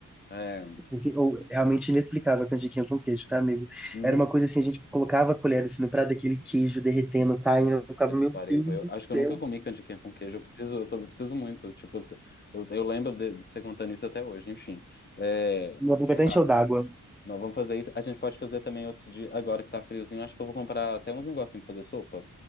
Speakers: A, on the left; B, in the centre.
A: É.
B: porque ou, realmente inexplicável a canjiquinha com queijo, tá, amigo?
A: Nu,
B: Era uma coisa assim, a gente colocava a colher assim no prato, aquele queijo derretendo, caindo, eu
A: puta
B: ficava,
A: que
B: meu
A: pariu,
B: Deus
A: velho.
B: do
A: Acho
B: céu,
A: que eu nunca comi canjiquinha com queijo. Eu preciso, eu tô, eu preciso muito. Tipo, eu, t- eu eu lembro de, de você contando isso até hoje, enfim. É,
B: minha boca até
A: então tá.
B: encheu d'água.
A: Nós vamos fazer isso. A gente pode fazer também outros dias. Agora que tá friozinho, acho que eu vou comprar até uns negocinhos pra fazer sopa.